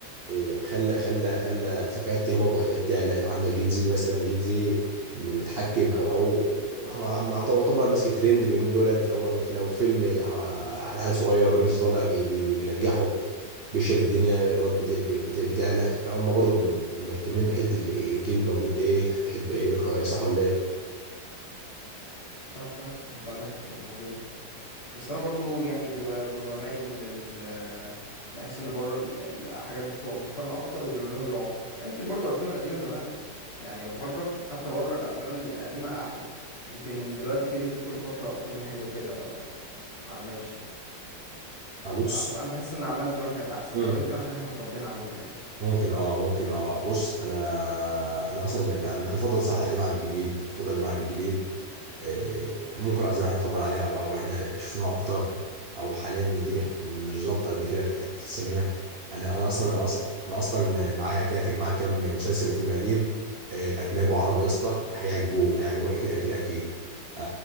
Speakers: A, on the right; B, on the left.
A: إيه، خلى خلى خلى في حاجات تهبط وحاجات تعلى عندك جين زي ده مثلا جين زي م- متحكم او او هو عم- يعتبر يعتبر ماسك الترند اليومين دول فهو مثل لو فيلم ه- على عيل صغير لسه طالع بي- بي- بي- بينجحه بيشهر الدنيا الايرادات بت- بت- بتعلى فهم برضه مهتمين بحته ال- الجيل الموجود ايه بيحب ايه بيقرا ايه صح ولا ايه
B: صح فعلا انت عندك حق في المواضيع دي بس انا برضو يعني بيبقى ببقى مايل لل بحس ان بره ال- الحاجات بتبقى متقنه اكتر وبيعملوها للعمر آه، يمكن برضو الافلام القديمه زمان يعني بره حتى بره الافلام القديمه احلى يمكن دلوقتي بينزل كل فتره فيلم حلو كده على الماشي
A: ابص
B: فانا بحس ان اعمال زمان كانت احسن
A: مم.
B: او يمكن عشان احنا اتربينا عليها يعني
A: ممكن اه ممكن اه بص انا انا اصلا اللي- انا أنا بفضل صح القديم على الجديد بفضل القديم على الجديد آه، ممكن قصدي إن احنا اتربينا عليها او او احنا شفناها اكتر او حاليا الدنيا
B: مم.
A: مش ظابطه قد كده في حته السينما انا انا اصلا انا اصلا انا اصلا معايا كده تجمع كام مسلسل وفيلم قديم آه، اجنبي وعربي يا اسطى هيعجبوك هيعجبوك اكيد اكيد اكيد آه،